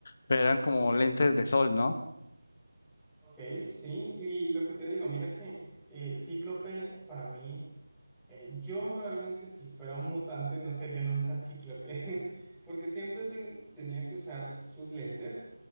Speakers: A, on the left; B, in the centre.
A: pero eran como lentes de sol, ¿no?
B: Ok, sí, y lo que te digo, mira que eh, Cíclope para mí... Eh, yo realmente si fuera un mutante no sería nunca cíclope, <laughs> porque siempre ten- tenía que usar sus lentes,